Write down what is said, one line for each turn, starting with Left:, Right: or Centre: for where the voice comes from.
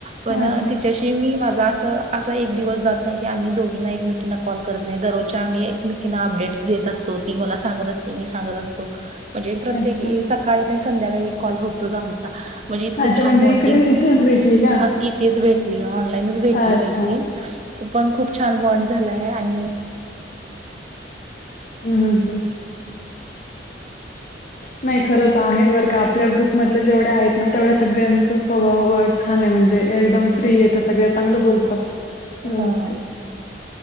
Right: पण
Left: ओके.
Right: ति तशी मी माझा असं असा एक दिवस जात नाही की आम्ही दोघींना एकमेकींना कॉल करत नाही. दररोजच्या आम्ही एक मी कनई अपडेट देत असतो. ती मला सांगत असते, मी सांगत असतो. म्हणजे प्रत्ये
Left: अच्छा.
Right: काही नाही संध्याकाळी एक कॉल होतोच आमचा. म्हणजे इतकं
Left: अच्छा
Right: छान
Left: म्हणजे
Right: बॉंडिंग
Left: इकडे इथेच भेटली का?
Right: हा इथेच भेटली, ऑनलाईनच भेटली
Left: अच्छा.
Right: मैत्रीण.
Left: हं,
Right: पण खूप छान बॉन्ड झालाय आणि
Left: हम्म हम्म हम्म.
Right: <inaudible>
Left: नाही खरंच आहेत बरं का. आपल्या ग्रुपमधले जेवढ्या आहेत ना तेवढ्या सगळ्यांच स्वभाव छान आहे म्हणजे एकदम फ्री आहे, तर सगळे चांगलं बोलतात. व्यवस्थित.
Right: हा.